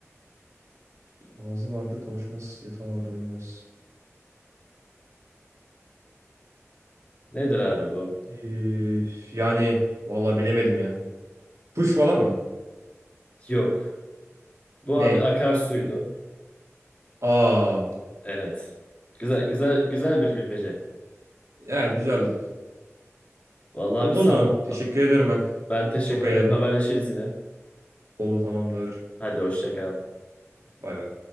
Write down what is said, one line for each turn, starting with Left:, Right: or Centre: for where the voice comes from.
Right: Ağzı vardır konuşmaz. Yatağı vardır uyumaz.
Left: Nedir abi bu?
Right: Ee, yani vallahi bilemedim ya. Kuş falan mı?
Left: Yok. Bu
Right: Ney?
Left: abi akarsuydu.
Right: Aa.
Left: Evet. Güzel güzel güzel bir bilmece.
Right: Ya güzeldi.
Left: Vallahi
Right: Oldu
Left: abi sağ
Right: o zaman.
Left: ol.
Right: Teşekkür ediyorum ben.
Left: Ben teşekkür
Right: Çok eğlendim.
Left: ederim. Haberleşiriz yine.
Right: Oldu tamamdır.
Left: Hadi hoşça kal.
Right: Bay bay.